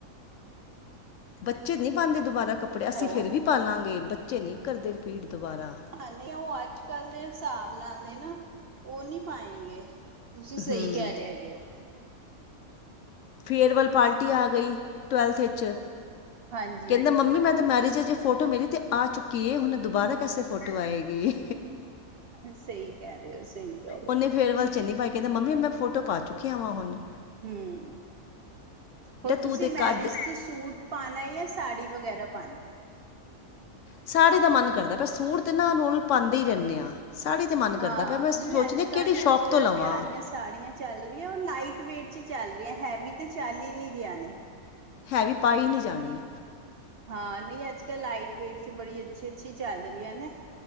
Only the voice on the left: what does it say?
ਬੱਚੇ ਨ੍ਹੀਂ ਪਾਂਦੇ ਦੁਬਾਰਾ ਕੱਪੜੇ ਅਸੀਂ
ਫਿਰ ਵੀ ਪਾਲਾਂਗੇ ਬੱਚੇ ਨ੍ਹੀਂ ਕਰਦੇ ਰਿਪੀਟ ਦਬਾਰਾ।
ਹੂੰ
ਫੇਅਰਵੈੱਲ ਪਾਰਟੀ ਆ ਗਈ ਟਵੈਲਥ ਵਿੱਚ
ਕਹਿੰਦਾ ਮੰਮੀ ਮੈਂ ਤਾ ਮੈਰਿਜ ਜ ਫੋਟੋ ਮੇਰੀ ਤੇ ਆ ਚੁੱਕੀ ਏ ਹੁਣ ਦੁਬਾਰਾ ਪੈਸੇ ਫੋਟੋ ਆਏਗੀ,
ਉਨ੍ਹੇ
ਫੇਰਵਲ ਚ ਨੀ ਪਾਈ। ਕੇਂਦਾ ਮੰਮੀ ਮੈਂ ਫੋਟੋ ਪਾ ਚੁੱਕਿਆ ਵਾ ਹੁਨ
ਤੂੰ ਤੇ
ਕੱਦ
ਸਾੜੀ ਦਾ ਮਨ ਕਰਦਾ ਪਿਆ, ਸੂਟ ਤੇ ਨਾ ਰੋਲ ਪਾਂਦੇ ਈ ਰਹਿੰਨੇ ਆ। ਸਾੜੀ ਤੇ ਮਨ ਕਰਦਾ
ਪਿਆ ਮੈਂ ਸੋਚਨੀ
ਕਿਹੜੀ
ਸੋ਼ਪ
ਤੋਂ ਲਵਾਂ।
ਹੈਵੀ ਪਾਈ ਨ੍ਹੀਂ ਜਾਨੀ।